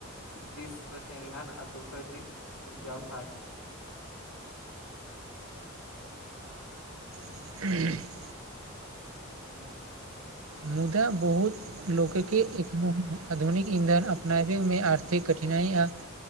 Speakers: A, on the left; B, on the right.
A: दिस चिन्हान आ दोसर दिस उपजाऊ हाथ।
B: <inaudible>
A: <unintelligible>
B: मुदा बहुत लोककेँ एखनहुँ आधुनिक ईंधन अपनाबेमे आर्थिक कठिनाई आ